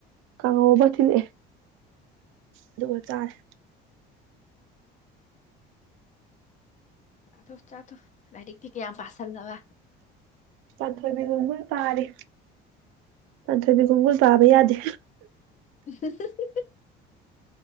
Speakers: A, on the right; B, on the left.
A: ꯀ ꯑꯣꯕ ꯊꯤꯟꯦ ꯑꯗꯨꯒ ꯆꯥꯔꯦ
B: ꯆꯥꯊꯣꯛ ꯆꯥꯊꯣꯛ ꯂꯥꯏꯔꯤꯛꯇꯤ ꯀꯌꯥꯝ ꯄꯥꯁꯤꯜꯕ
A: ꯄꯥꯟꯊꯣꯏꯕꯤ ꯈꯣꯡꯒꯨꯜ ꯄꯥꯔꯦ ꯄꯥꯟꯊꯣꯏꯕꯤ ꯈꯣꯡꯒꯨꯜ ꯄꯥꯕ ꯌꯥꯗꯦ
B: <unintelligible>